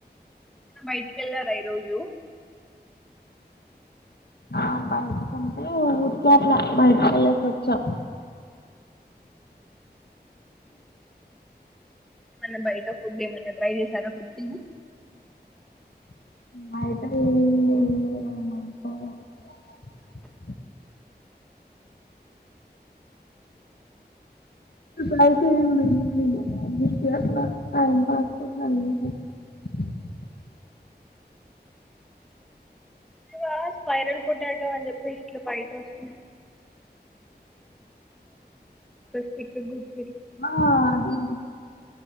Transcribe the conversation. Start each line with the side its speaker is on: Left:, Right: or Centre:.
Centre: బయటికిెళ్లారా ఈ రోజు
Left: ఆ బయట కంటే ఊరికే అట్లా బయటకెళ్ళి వచ్చాం
Centre: ఏమన్నా బయట ఫుడ్ ఏమన్నా ట్రై చేశారా కొత్తగా
Left: <inaudible> <inaudible>
Centre: మీ వాయిస్ వైరల్ పొటాటో అని చెప్పేసి అట్లా <unintelligible> <inaudible>
Left: ఆ అది